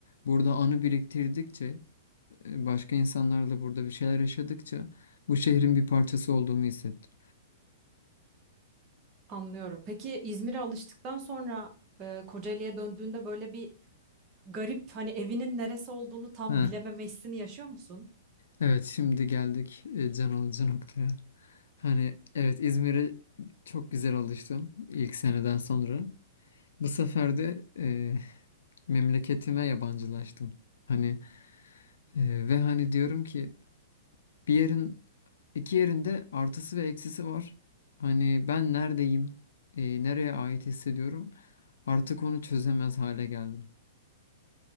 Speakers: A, on the left; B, on the right.
A: Burada anı biriktirdikçe, e, başka insanlarla burada bir şeyler yaşadıkça bu şehrin bir parçası olduğumu hissettim.
B: Anlıyorum. Peki İzmir'e alıştıktan sonra e, Kocaeli'ye döndüğünde böyle bir garip hani evinin neresi olduğunu tam
A: Heh,
B: bilememe hissini yaşıyor musun?
A: evet şimdi geldik e, can alıcı noktaya. Hani evet İzmir'e çok güzel alıştım ilk seneden sonra. Bu sefer de e, memleketime yabancılaştım. Hani e, ve hani diyorum ki bir yerin İki yerinde artısı ve eksisi var. Hani ben neredeyim, e, nereye ait hissediyorum artık onu çözemez hale geldim.